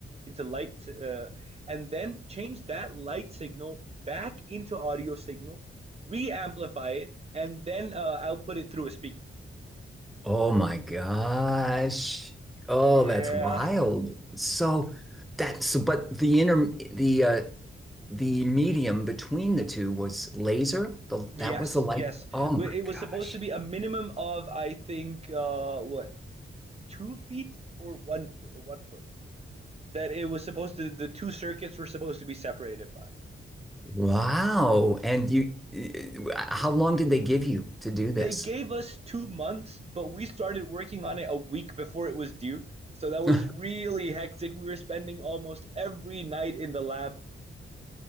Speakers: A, on the right (about 30°); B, in the centre.
A: into light uh, and then change that light signal back into audio signal re-amplify it and then uh, output it through a speaker
B: Oh my gosh. Oh,
A: yeah
B: that's wild. So that's so, but the inter the uh the medium between the two was laser. The,
A: <laughs> yes
B: that was the light.
A: yes
B: Oh my
A: it was
B: gosh.
A: supposed to be a minimum of i think uh, what two feet or one one foot that it was supposed to the two circuits were supposed to be separated by
B: Wow. And you, uh, how long did they give you to do this?
A: They gave us 2 months, but we started working on it a week before it was due, so that was
B: <laughs>
A: really hectic. We were spending almost every night in the lab.